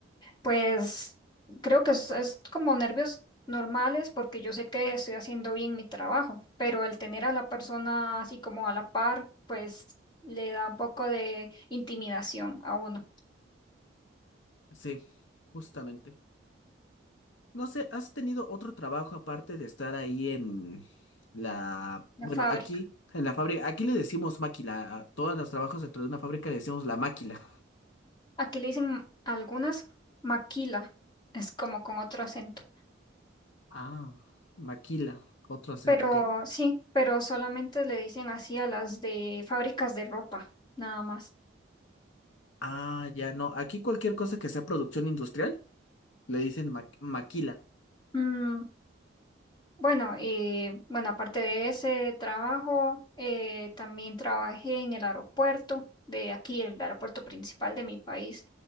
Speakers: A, on the left; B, on the left.
A: pues creo que es, es como nervios normales porque yo sé que estoy haciendo bien mi trabajo, pero el tener a la persona así como a la par, pues le da un poco de intimidación a uno,
B: Sí, justamente. No sé, ¿has tenido otro trabajo aparte de estar ahí en la,
A: la
B: bueno,
A: fábrica.
B: aquí, en la fábrica? Aquí le decimos máquila, a todos los trabajos dentro de una fábrica le decimos la máquila.
A: Aquí le dicen algunas maquila, es como con otro acento.
B: Ah, maquila, otro acento,
A: Pero
B: ¿qué?
A: sí, pero solamente le dicen así a las de fábricas de ropa, nada más.
B: Ah, ya no, aquí cualquier cosa que sea producción industrial le dicen ma- maquila.
A: Mm, Bueno, y bueno, aparte de ese trabajo, eh, también trabajé en el aeropuerto de aquí, el aeropuerto principal de mi país,